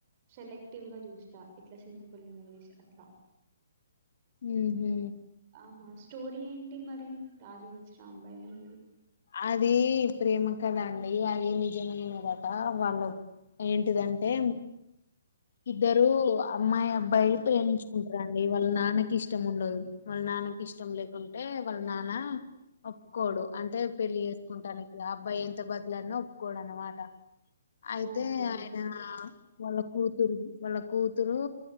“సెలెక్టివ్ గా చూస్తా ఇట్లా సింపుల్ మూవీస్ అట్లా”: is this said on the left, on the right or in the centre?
Right